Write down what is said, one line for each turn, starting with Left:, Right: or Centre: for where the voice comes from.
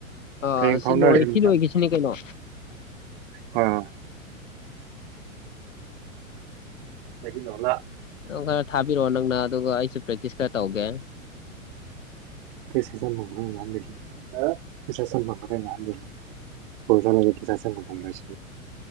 Left: ꯑ
Right: ꯍꯌꯦꯡ
Left: ꯁꯤ
Right: ꯐꯥꯎꯅꯔꯁꯤ
Left: ꯂꯣꯏꯁꯤ ꯂꯣꯏꯒꯤꯁꯤꯅꯤ ꯀꯩꯅꯣ
Right: ꯍꯣꯏ ꯃ ꯇꯣꯂ
Left: ꯅꯪ ꯈꯔ ꯊꯥꯕꯤꯔꯛꯑꯣ ꯅꯪꯅ ꯑꯗꯨꯒ ꯑꯩꯁꯨ ꯄ꯭ꯔꯦꯛꯇꯤꯁ ꯈꯔ ꯇꯧꯒꯦ
Right: ꯀꯁ ꯆ ꯌꯥ ꯐꯩꯤꯁꯥ ꯁꯪꯕꯕ ꯂꯩꯣꯁꯦ ꯐꯩꯁꯥ ꯁꯪꯕꯨ ꯐꯣꯡꯒꯁꯤ